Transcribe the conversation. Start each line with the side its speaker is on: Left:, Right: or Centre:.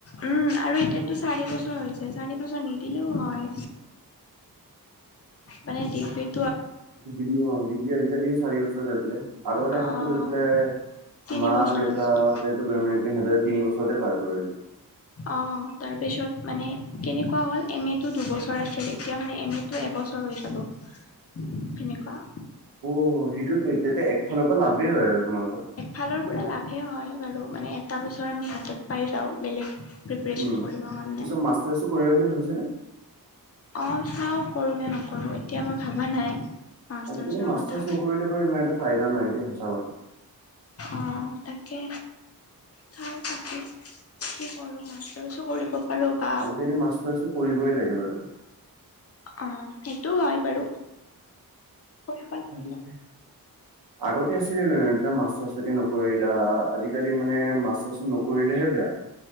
Left: উম আৰু এতিয়াতো চাৰি বছৰ হৈছে চাৰি বছৰ নিদিলেও হয়। মানে ডিগ্ৰীত
Right: যিনো আও ডিগ্ৰী আজিকালি চাৰি বছৰ হৈ পেলাই আগৰ টাইমটো
Left: অ',
Right: গৈ পেলাই
Left: তিনি
Right: মা
Left: বছৰ
Right: দেউতাতে
Left: আছিল
Right: গৈ মেৰি পিনি সিহঁতে তিনি বছতে পাৰ কৰিলে।
Left: অ তাৰপিছত মানে কেনেকুৱা হ'ল এম মেটো দুবছৰ আছিল এতিয়া মানে এম এ টো এবছৰ হৈ যাব, তেনেকুৱা।
Right: অ সেইটোত তেতিয়া একফালৰ পৰা লাভেই হয় আৰু তোমালোকৰ।
Left: ফালৰ পৰা লাভেই হয় বাৰু মানে এটা বছৰ আমি হাতত পাই যাওঁ বেলেগ প্ৰিপেৰেচন
Right: উম।
Left: কৰিব কাৰণে।
Right: পিছত মাষ্টাৰ্চটো কৰিবা বুলি ভাবিছানে?
Left: অ চাও কৰো নে নকৰো এতিয়া মই ভবা নাই। মাষ্টাৰ্ছৰ
Right: আজিকালি মাষ্টাৰ্চ
Left: কথা
Right: নকৰিলে বাৰু ইমান এটা ফাইদা নাই দেই সঁচা কথা।
Left: অ তাকে চাওঁ তাকেই কি কৰো মা- টাছো কৰিব পাৰো বা
Right: যদি মাষ্টাৰ্ছ কৰিবই লাগে বাৰু।
Left: অ সেইটো হয় বাৰু। কৰিব লাগে
Right: অজিপ দা আগতে আছিলে বে এইবিলাক মাষ্টাৰ্ছ লৈকে নকৰিল আজিকালি মানে মাষ্টাৰ্ছ নকৰিলেহে বেয়া। <inaudible>